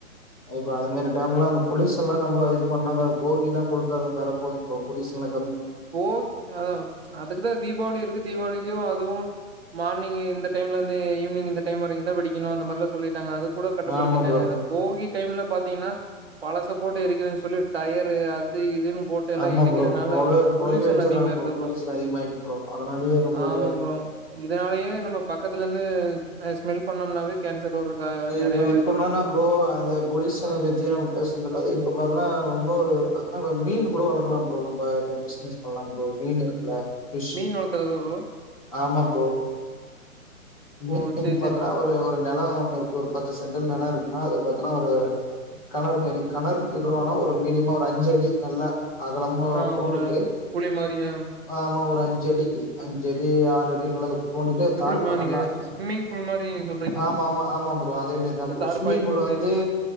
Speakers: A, on the left (about 25°); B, on the right (about 45°).
A: ஔ அதுமாரி டைம்ல அந்த பொலியூசன்லாம் நம்ம இது பண்ணாத போகிலாம் கொழுத்தாத அந்தால போதும் ப்ரோ பொலியூசன்லா
B: போகி ஆஹ் அதுக்குதான் தீபாவளி இருக்கு தீபாவளிக்கும் அதுவும் மார்னிங்கு இந்த டைம்ல இருந்து ஈவ் நீங்க இந்த டைம் வரைக்கும் தான் வெடிக்கனும் அந்த மாரிலாம் சொல்லிட்டாங்க அது கூட கட்டுப்படுத்திட்டாங்க
A: ஆமா ப்ரோ
B: அந்த போகி டைம்ல பாத்தீங்கன்னா பழச போட்டு எரிக்கிறேன்னு சொல்லி டயரு அது இதுன்னு போட்டு எல்லா
A: ஆமா
B: எரிக்கிறனால
A: ப்ரோ போகப்
B: பொல்யூஷன்
A: <inaudible> வச்சறாங்க
B: அதிகமாயிருது
A: போம் போலுசன்
B: ப்ரோ
A: அதிகமாயிட்டு ப்ரோ அதனாலயே ரொம்ப
B: ஆமா
A: இதுவா இரு
B: ப்ரோ இதனாலயே நம்ம பக்கத்துல இருந்து ஸ்மெல் பண்ணோம்னாவே கேன்சர் வர்றக்கு அ
A: இ
B: நெறைய வாய்ப்பு
A: இப்பனா
B: இருக்கு
A: ந ப்ரோ அந்த பொலீசன பத்தி நம்ம பேச தெல்லது இப்ப பாத்ன்னா இன்னொரு பாத்தன்னா இப்ப மீன் கூட வளக்கலாம் ப்ரோ நம்ம பிசினஸ் பண்ணலாம் ப்ரோ மீன் இருக்குல இஷ்
B: மீன் வளர்த்துறதா ப்ரோ
A: ஆமா ப்ரோ <inaudible>
B: ஓ சேரி
A: பாத்தன்னா
B: சேரி
A: ஒரு ஒரு நெலம் ஒண்ணுருக்கு ஒரு பத்து சென்டல் நெலம் இருக்குன்னா அத பாத்துன கலர் மாதிரி கணர் மதி கூட வேனா ஒரு மீடியமா ஒரு அஞ்சு அடி நல்ல அகலமு
B: ஆ
A: தோண்டிட்டு
B: ஒரு குழி மாரி அ
A: ஆஹ் சுமா ஒரு அஞ்ச அடிக்கு அஞ்சடி ஆறுடி <unintelligible> போட்டு
B: எப்டி
A: தார்ப்ப
B: ப்ரோ
A: நல்லா
B: நீங்க ஸ்விம்மிங் பூல் மாரி சொல்றீங்க
A: ஆமா ஆமா ஆமா ப்ரோ அதே மாரிதான்
B: இந்த
A: ப
B: தார்பாய்
A: ஸ்விமிங் பூல்
B: போட்டு
A: வந்துஹ்